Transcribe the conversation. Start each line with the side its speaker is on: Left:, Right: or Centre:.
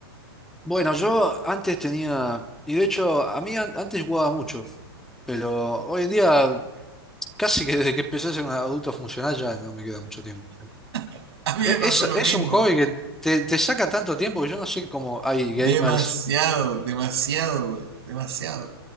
Centre: Bueno, yo antes tenía, y de hecho a mí an- antes jugaba mucho, pero hoy en día casi que desde que empecé a ser un adulto funcional ya no me queda mucho tiempo.
Right: <laughs> A mí
Centre: E-
Right: me pasó
Centre: Es, es
Right: lo mismo.
Centre: un hobby que te, te saca tanto tiempo que yo no sé cómo hay
Right: Demasiado,
Centre: gamers.
Right: demasiado, güey. Demasiado. O